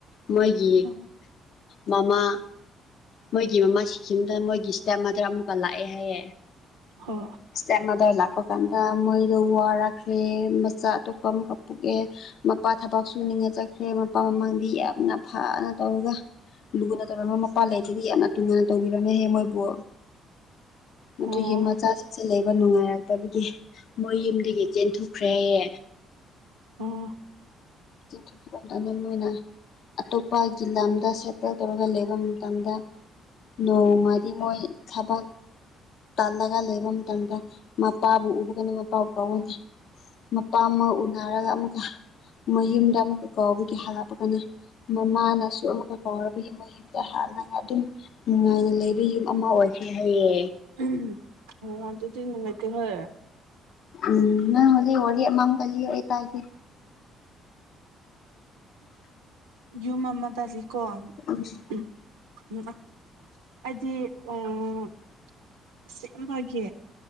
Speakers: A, on the left; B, on the right.
A: ꯃꯣꯏꯒꯤ
B: ꯍꯣꯏ
A: ꯃꯃꯥ ꯃꯣꯏꯒꯤ ꯃꯃꯥꯁꯤ ꯁꯤꯝꯇꯗ ꯃꯣꯏꯒꯤ ꯁ꯭ꯇꯦꯞ ꯃꯗ ꯑꯃꯨꯛꯀ ꯂꯥꯛꯑꯦ ꯍꯥꯏꯌꯦꯦ
B: ꯍ
A: ꯏꯁꯇꯦꯞꯃꯗꯔ ꯂꯥꯛꯄ ꯀꯥꯟꯗ ꯃꯣꯏꯗꯣ ꯋꯥꯔꯛꯈ꯭ꯔꯦ ꯃꯆꯥ ꯑꯇꯣꯞꯄ ꯑꯃꯨꯛꯀ ꯄꯨꯣꯛꯑꯦ ꯃꯄꯥ ꯊꯕꯛ ꯁꯨꯅꯤꯡꯉ ꯆꯠꯈ꯭ꯔꯦ ꯃꯄꯥ ꯃꯃꯥꯡꯗꯤ ꯌꯥꯝꯅ ꯐꯅ ꯇꯧꯔꯒ ꯂꯨꯅ ꯇꯧꯔꯝꯃꯣꯏ ꯃꯄꯥ ꯂꯩ ꯑꯗꯨꯗꯤ ꯌꯥꯝꯅ ꯂꯨꯅ ꯇꯧꯕꯤꯔꯝꯃꯦꯍꯦ ꯃꯣꯏꯕꯣ ꯃꯗꯨꯒꯤ
B: ꯑꯣ
A: ꯃꯆꯥꯁꯤꯡꯁꯦ ꯂꯩꯕ ꯅꯨꯡꯉꯥꯏꯔꯛꯇꯕꯒꯤ ꯃꯣꯏ ꯌꯨꯝꯗꯒꯤ ꯆꯦꯟꯊꯣꯛꯈ꯭ꯔꯦ ꯍꯥꯏꯌꯦ
B: ꯎꯝ
A: ꯆꯦꯟꯊꯣꯛꯈꯤꯕ ꯑꯗꯨꯗ ꯃꯣꯏꯅ ꯑꯇꯣꯞꯄꯒꯤ ꯂꯝꯗ ꯁꯦꯇꯜ ꯇꯧꯔꯒ ꯂꯩꯕ ꯃꯇꯝꯗ ꯅꯣꯡꯃꯗꯤ ꯃꯣꯏ ꯊꯕꯛ ꯇꯜꯂꯒ ꯂꯩꯕ ꯃꯇꯝ ꯃꯇꯝꯗ ꯃꯄꯥꯕꯨ ꯎꯕꯒꯅ ꯃꯄꯥꯕꯨ ꯀꯥꯎꯒꯅꯤ ꯃꯄꯥ ꯑꯃ ꯎꯅꯔꯒ ꯑꯃꯨꯛꯀ ꯃꯣꯏ ꯌꯨꯝꯗ ꯑꯃꯨꯛꯀ ꯀꯥꯎꯕꯒꯤ ꯍꯜꯂꯛꯄꯒꯅꯤ ꯃꯃꯥꯅꯁꯨ ꯑꯃꯨꯛꯀ ꯀꯥꯎꯔꯛꯄꯒꯤ ꯃꯣꯏ ꯌꯨꯝꯗ ꯍꯥꯜꯂꯒ ꯑꯗꯨꯝ ꯅꯨꯡꯉꯥꯏꯅ ꯂꯩꯕ ꯌꯨꯝ ꯑꯃ ꯑꯣꯏꯈꯤ ꯍꯥꯏꯌꯦ
B: ꯎꯃꯍ ꯑꯣ ꯑꯗꯨꯗꯤ ꯅꯨꯡꯉꯥꯏꯇꯦꯍꯣꯏ
A: ꯎꯝ ꯅꯪ ꯍꯧꯖꯤꯛ ꯋꯥꯔꯤ ꯑꯃꯝ ꯀ ꯂꯤꯌꯣ ꯑꯩ ꯇꯥꯒꯦ
B: ꯌꯨꯝ ꯑꯃ ꯇꯥꯜꯂꯤꯀꯣ
A: ꯎꯝꯖꯤ
B: ꯎꯝ <inaudible> ꯑꯩꯗꯤ ꯑꯣꯏꯔꯔꯣꯏ ꯑꯁꯦꯝꯕꯒꯤ